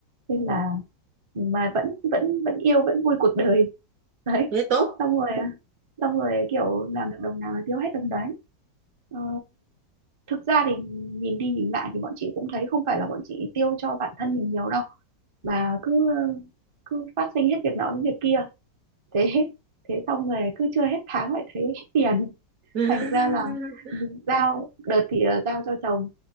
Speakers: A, on the right; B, on the right.
A: Nên là mà vẫn vẫn vẫn yêu vẫn vui cuộc đời đấy
B: thế tốt
A: xong rồi xong rồi kiểu làm được đồng nào là tiêu hết đồng đấy Ờ, thực ra thì nhìn đi nhìn lại thì bọn chị cũng thấy không phải là bọn chị tiêu cho bản thân mình nhiều đâu mà cứ cứ phát sinh hết việc nọ đến việc kia thế thế xong rồi cứ chưa hết tháng lại thấy hết tiền
B: <laughs>
A: thành ra là <laughs> giao đợt thì ờ, giao cho chồng